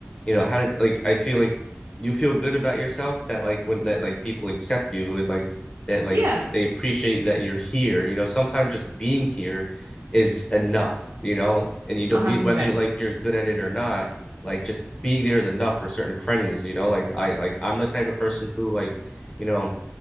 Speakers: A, on the left (about 20°); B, on the right (about 85°).
A: you know, how does like I feel like you feel good about yourself that like when that like people accept you and like that
B: Yeah,
A: like they appreciate that you're here. You know, sometimes just being here is enough, you know, and you don't
B: a hundred
A: whether
B: percent.
A: you're like you're good at it or not, like just being there is enough for certain friends, you know, like I like I'm the type of person who like, you know,